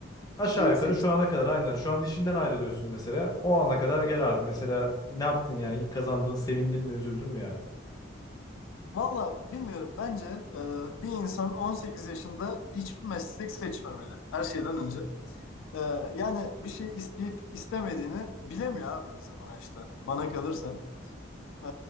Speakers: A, on the left (about 20°); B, on the left (about 80°).
A: Aşağı
B: İlk
A: yukarı
B: seç.
A: şu ana kadar aynen. Şu an işinden ayrılıyorsun mesela. O ana kadar gel abi. Mesela ne yaptın yani? İlk kazandığın sevindin mi, üzüldün mü yani?
B: Valla bilmiyorum. Bence e, bir insan 18 yaşında hiçbir meslek seçmemeli. Her şeyden önce. E, yani bir şey isteyip istemediğini bilemiyor abi insan o yaşta. Bana kalırsa. Ee,